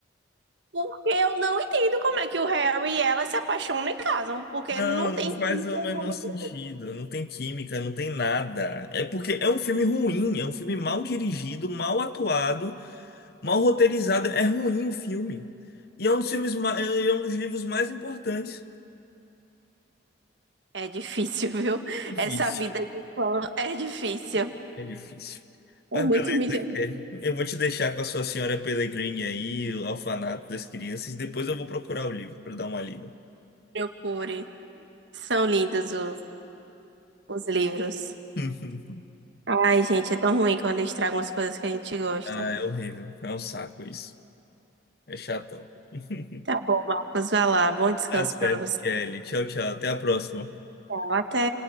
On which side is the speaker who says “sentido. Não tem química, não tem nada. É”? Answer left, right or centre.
Left